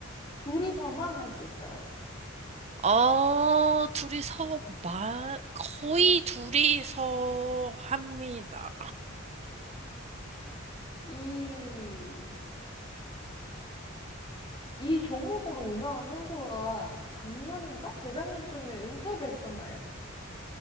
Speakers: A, on the left; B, on the right.
A: 둘이서만 할 수 있어요?
B: 어, 둘이서 말, 거의 둘이서 합니다.
A: 이, 이 종목으로 유명한 선수가 작년인가? 재작년쯤에 은퇴를 했었나요?